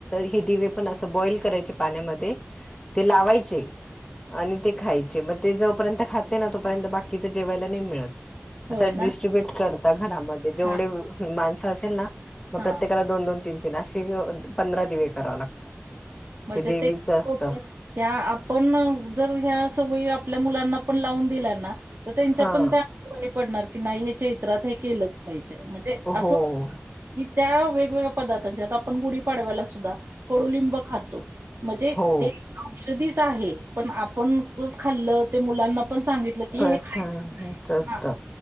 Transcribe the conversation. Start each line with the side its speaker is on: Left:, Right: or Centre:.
Left: हे दिवे पण असं बॉईल करायचे. पाण्यामध्ये ते लावायचे. आणि ते खायचे मग ते जोपर्यंत खाते ना तोपर्यंत बाकीच जेवायला नाही मिळत.
Right: होय
Left: असं
Right: ना?
Left: डिस्ट्रीब्युट करता घरामध्ये जेवढे
Right: हां,
Left: माणसं असेल ना मग
Right: हां.
Left: प्रत्येकाला दोन दोन. तीन तिन अशी पंधरा दिवे कराव लागतात.
Right: म्हणजे
Left: देवीचं
Right: ते कोरलेल
Left: असतं
Right: हाय. त्या आपण जर ह्या सवयी आपल्या मुलांना पण लावून दिल्या ना. तर त्यांच्या
Left: हा
Right: पण ते अंगवळणी पडणार की नाही हेचे. घरात हे केलंच पाहिजे म्हणजे
Left: हो
Right: असं. की त्या वेगवेगळ्या पदार्थांच्यात आपण गुढीपाडव्याला सुद्धा कडूलिंब खातो. म्हजे
Left: हो.
Right: ते औषधीचं आहे पण आपण रोज खाल्लं ते मुलांना. पण सांगितलं की
Left: बस
Right: हे खायचंच नाय
Left: असत
Right: ना.